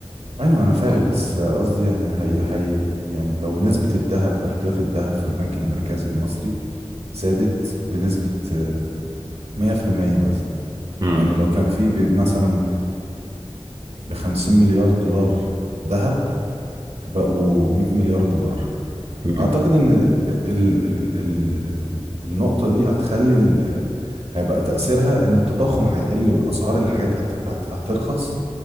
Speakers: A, on the right; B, on the right.
A: ايوه انا فاهم
B: و...
A: بس قصدي يعني هي هي يعني لو نسبة الذهب احتياطي الذهب في البنك المركزي المصري زادت بنسبة آه، مية في المية مثلا
B: مم.
A: يعني لو كان في ب- مثلا بخمسين مليار دولار ذهب فبقوا مية مليار دولار
B: مم.
A: أعتقد إن ال ال ال ال ال النقطة دي هتخلي هيبقى تأثيرها إن التضخم هيقل والأسعار الحاجات هت... هت... هترخص